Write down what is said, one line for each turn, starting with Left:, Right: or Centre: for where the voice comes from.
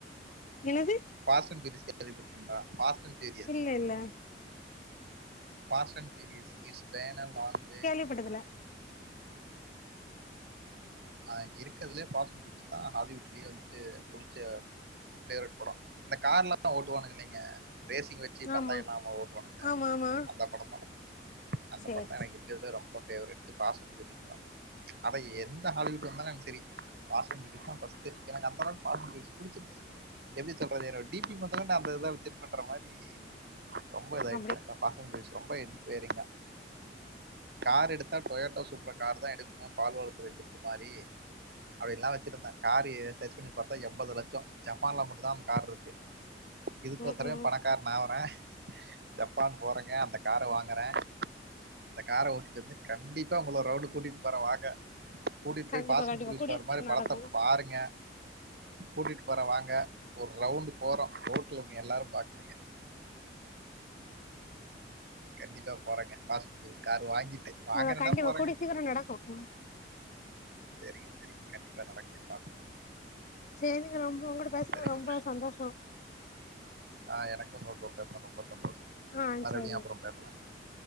Left: என்னது
Right: பாஸன் டி டி எஸ் கேள்விப்பட்டு இருக்கீங்களா பாசன் டி டி எஸ்
Left: இல்ல இல்ல
Right: பாசன் D D S it's pan a long பே
Left: பட்டதுல
Right: ஆ இருக் அதுலயே பாஸ்ட் தா ஹாலிவுட்லயே வந்துட்டு புடிச்ச ஃபேவேரேட் படோ இந்த கார் எல்லா ஓட்டுவானுங்க இல்லைங்க ரேசிங் வச்சு பந்தையம்
Left: ஆமா
Right: இல்லாம ஓட்டுவானுங்கல
Left: ஆமா ஆமா
Right: அந்த படம் தா அந்த
Left: சேரி
Right: படம் தா எனக்கு
Left: சேரி
Right: இருக்கிறதுலே ரொம்ப ஃபேவரட் பாசன் தா அவ எந்த ஹாலிவுட் ஆ இருந்தாலு எனக்கு செரி பாஸ்டன் மூவி தா ஃபர்ஸ்ட் எனக்கு அப்பதா பாஸ்டன் மூவி புடிச்சிருச்சு எப்டி சொல்றது என்னோட டி பி பாத்தோனே நா அந்த இதா வச்சிருப்பன்ற மாரி ரொம்ப இதாயிடுச்சு
Left: அப்டி
Right: பாசன் சீரிஸ் ரொம்ப இன்ஸ்பைரிங்கா கார் எடுத்தா டோயோட்டோ சூப்பர் கார் தா எடுக்க ம் பால்வால் துறைக்கு மாரி அப்டி எல்லா வச்சிருந்தே காரு சர்ச் பண்ணி பாத்தா எண்பது லட்சோ ஜப்பான்ல மட்டு தா அந்த கார் இருக்கு இதுக்கு
Left: ம்
Right: ஒருத்தரே
Left: ம்
Right: பணக்கார நா வரே ஜப்பான் போறங்க அந்த கார வாங்குறே இந்த கார ஓட்டிட்டு வந்து கண்டிப்பா உங்கள ஒரு ரவுடு கூட்டிட்டு போறே வாங்க கூட்டிட்
Left: கண்டிப்பா
Right: போய் பாசன
Left: கண்டிப்பா கூடிய
Right: சொவற
Left: சீக்கிரோ
Right: மாரி படத்த
Left: நடக்கு
Right: பாருங்க கூட்டிட்டு போற வாங்க ஒரு ரவுண்ட் போறோ ரோட்டல இருக்கிற எல்லாரு பாக்கிறீங்க கண்டிப்பா போறங்க பாசர் காரு வாங்கிட்டு வாங்குறேன்னா
Left: ஆ கண்டிப்பா
Right: போறேங்க
Left: கூடிய சீக்கரோ நடக்கு ஆ
Right: செரிங்க செரிங்க கண்டிப்பா நடக்கு பாத்துக்கலாங்க
Left: செரிங்க ரொம்ப உங்குட பேசன
Right: சரிங்க
Left: ரொம்ப சந்தோஷோ
Right: ஆ எனக்கு உங்க கூப்ட ரொம்ப சந்தோஷங்க
Left: ஆ
Right: மறுபுடியு
Left: சேரிங்க
Right: அப்பறோ பேசலாங்க